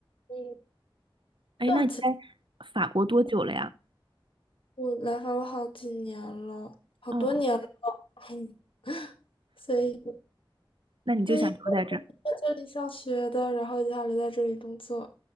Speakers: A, on the left; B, on the right.
A: 嗯，
B: 哎，
A: 但其实
B: 那你在法国多久了呀？
A: 我来法国好几年了，好多年了，
B: 哦，
A: 嗯，所以
B: 那你就想留在这儿？
A: 所以我在这里上学的，然后接下来在这里工作，